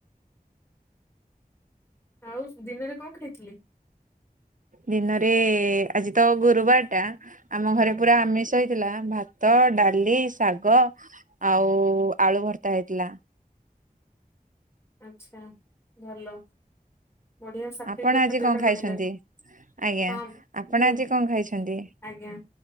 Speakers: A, on the left (about 15°); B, on the right (about 55°).
A: ଆଉ ଦିନରେ କଣ ଖାଇଥିଲି ।
B: ଦିନରେ ଆଜି ତ ଗୁରୁବାର ଟା ଆମ
A: ହୁଁ
B: ଘରେ ପୁରା ଆମିଷ । ହେଇଥିଲା ଭାତ ଡାଲି ଶାଗ ଆଉ ଆଳୁ ଭର୍ତା ହେଇଥିଲା ।
A: ଆଛା ଭଲ ବଢିଆ ସାତ୍ଵିକ
B: ଆପଣ
A: ଖାଦ୍ୟ
B: ଆଜି କଣ
A: ଟା ବଢିଆ
B: ଖାଇଛନ୍ତି
A: ଲାଗେ ।
B: ଆଜ୍ଞା
A: ହଁ
B: ଆପଣ
A: ହୁଁ
B: ଆଜି କଣ ଖାଇଛନ୍ତି
A: ଆଜ୍ଞା